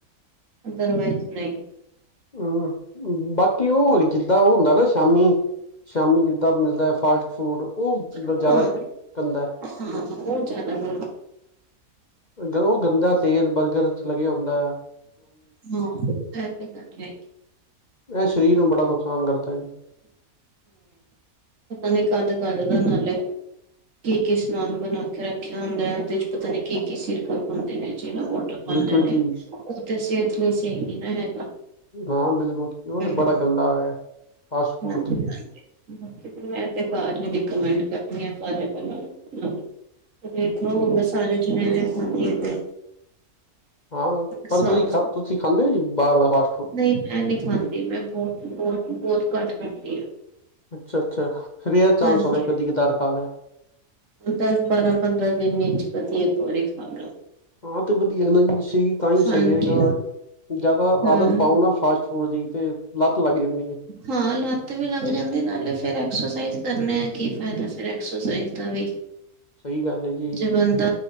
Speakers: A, on the right; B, on the left.
A: ਅਦਰਵਾਈਜ਼ ਨਹੀਂ
B: ਹਮ ਬਾਕੀ ਉਹ ਜਿੱਦਾਂ ਉਹ ਹੁੰਦਾ ਨਾ ਸ਼ਾਮੀ-ਸ਼ਾਮੀ ਜਿੱਦਾਂ ਮਿਲਦਾ ਫਾਸਟ ਫੂਡ ਉਹ
A: ਹਾਂ
B: ਜ਼ਿਆਦਾ ਗੰਦਾ
A: ਹਾਂ ਉਹ ਜ਼ਿਆਦਾ ਜ਼
B: ਜੋ ਗੰਦਾ ਤੇਲ ਬਰਗਰ ਚ ਲੱਗਿਆ ਹੁੰਦਾ ਆ
A: ਹਾਂ ਏਤੇ ਹੈ
B: ਇਹ ਸਰੀਰ ਨੂੰ ਬੜਾ ਨੁਕਸਾਨ ਕਰਦਾ ਹੈ ਜੀ
A: ਤਾ ਨਹੀਂ ਕਦ-ਕਦ ਨਾਲੇ ਕੀ-ਕੀ ਸਮਾਨ ਬਣਾ ਕੇ ਰੱਖਿਆ ਹੁੰਦਾ ਹੈ ਉਹਦੇ ਚ ਪਤਾ ਨੀ ਕੀ-ਕੀ ਸਿਰ ਪਾਉਂਦੇ ਨੇ ਜਿਹੜ ਵੋਟ ਪਾਉਂਦੇ
B: ਬਿਲਕੁਲ
A: ਨੇ
B: ਜੀ
A: ਉਹ ਤਾਂ ਸਿਹਤ ਲਈ ਸਹੀ ਨੀ ਨਾ ਹੈਗਾ
B: ਨਾ ਬਿਲਕੁਲ ਉਹ
A: ਹਮ
B: ਤੇ ਬੜਾ ਗੰਦਾ ਫਾਸਟਫੂਡ
A: ਹਾਂਜੀ
B: ਚ-
A: ਹਾਂਜੀ ਬਾਕੀ ਮੈਂ ਤੇ ਘੱਰ ਹੀ ਰਿਕੋਮੈਂਂਟ ਕਰਨੀ ਆ, ਸਾਰੇ ਕੋਲੋਂ ਰੇਖ ਹੋ ਗਏ ਸਾਰੇ ਜਿੰਨਾ ਨੇ ਖਾਣੀਏ ਤੇ
B: ਹਾਂ ਪਰ
A: ਸਾਫ਼
B: ਤੁਸੀਂ ਖਾ ਤੁਸੀਂ ਖਾਂਦੇ ਹੋ ਜੀ ਬਾਹਰ ਦਾ ਪਾ
A: ਨਹੀਂ ਮੈਂ ਨਹੀਂ ਖਾਂਦੀ ਮੈਂ ਬਹੁਤ-ਬਹੁਤ-ਬਹੁਤ ਘੱਟ ਖਾਂਣੀ ਹਾਂ
B: ਅੱਛਾ-ਅੱਛਾ ਰੇਅਰ ਚਾਂਸ
A: ਹਾਂਜੀ
B: ਹੋਵੇ ਕਧੀ ਕਗਾਰ ਖਾ ਲਿਆ
A: ਦਸ ਬਾਰਾਂ ਪੰਦਰਾਂ ਦਿਨ ਵਿੱਚ ਕਦੀ ਇਕ ਵਾਰੀ ਖਾ ਲਯਾ।
B: ਹਾਂ ਤੇ ਵਧੀਆ ਨਾ ਜੀ ਚ ਤਾਂ ਹੀ
A: ਹਾਂਜੀ
B: ਸਹੀ ਹੈ ਜਿਆਦਾ
A: ਹਮ
B: ਆਦਤ ਪਾਓ ਨਾ ਫਾਸਟ ਫੂਡ ਦੀ ਤੇ ਲੱਤ ਲੱਗ ਜਾਂਦੀ ਹੈ
A: ਹਾਂ ਲੱਤ ਵੀ ਲੱਗ ਜਾਂਦੀ ਨਾਲੇ ਫੇਰ ਐਕਸਰਸਾਈਜ਼ ਕਰਨ ਹ ਕੀ ਫਾਇਦਾ ਫਿਰ ਐਕਸਰਸਾਈਜ਼ ਦਾ ਵੀ
B: ਸਹੀ ਗੱਲ ਹੈ ਜੀ
A: ਜੇ ਬੰਦਾ